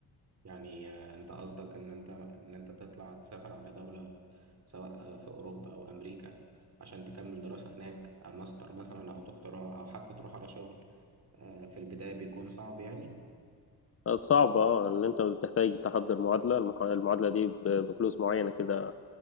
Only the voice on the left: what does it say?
صعبة آه، اللي أنت بتحتاج تحضر معادلة المح- المعادلة دي ب- بفلوس معينة كده